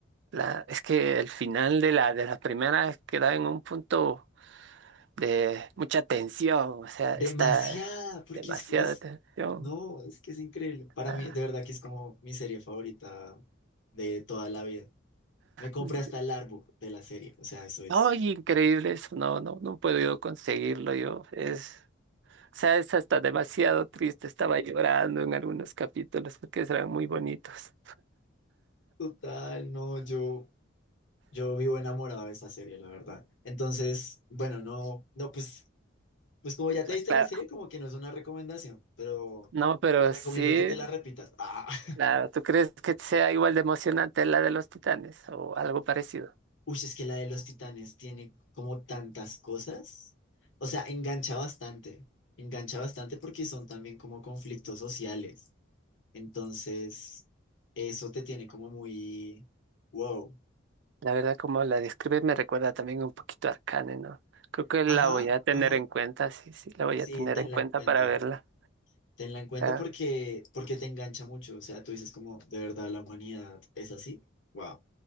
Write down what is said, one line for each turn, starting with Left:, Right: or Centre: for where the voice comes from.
Right: la- es que el final de la, de la primera queda en un punto de mucha tensión, o sea,
Left: Demasiada,
Right: está
Left: porque
Right: demasiada
Left: es, es,
Right: tensión.
Left: no, es que es increíble. Para
Right: Ah,
Left: mí, de verdad que es como mi serie favorita de toda la vida. Me compré
Right: es-
Left: hasta el artbook de la serie, o sea, eso es.
Right: ¡Ay, increíble eso! No, no, no puedo yo conseguirlo yo. Es, o sea, es hasta demasiado triste. Estaba llorando en algunos capítulos porque eran muy bonitos.
Left: Total, no, yo, yo vivo enamorado de esa serie, la verdad. Entonces, bueno, no, no, pues. Pues como ya te viste
Right: Claro,
Left: la serie, como que no es una recomendación, pero
Right: no, pero
Left: te recomiendo
Right: sí.
Left: que te la repitas. Ah, <laughs>
Right: Claro, ¿tú crees que sea igual de emocionante la de los Titanes o algo parecido?
Left: uy, es que la de los titanes tiene como tantas cosas. O sea, engancha bastante, engancha bastante porque son también como conflictos sociales. Entonces, eso te tiene como muy, wow.
Right: La verdad, como la describes, me recuerda también un poquito a Arcane, ¿no? Creo que
Left: Ajá,
Right: la voy a tener
Left: ajá.
Right: en cuenta, sí, sí, la voy
Left: Sí,
Right: a tener
Left: tenla
Right: en cuenta
Left: en cuenta.
Right: para verla.
Left: Tenla en cuenta
Right: Ah,
Left: porque, porque te engancha mucho. O sea, tú dices como, de verdad, la humanidad es así. Wow,